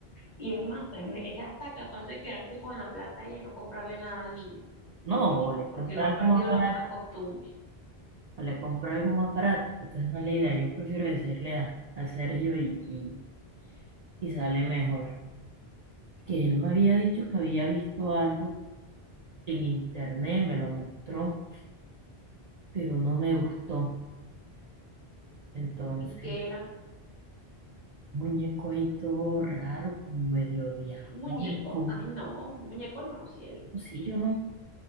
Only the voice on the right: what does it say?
No, o le
compra
algo
más barato,
o le compra algo más barato, pero entonces no es la idea, yo prefiero decirle a, a Sergio y, y, y sale mejor. Que él me había dicho que había visto algo en internet, me lo mostró, pero no me gustó. Entonces,
muñeco ahí todo raro, como medio diabólico.
No, Sí, yo no,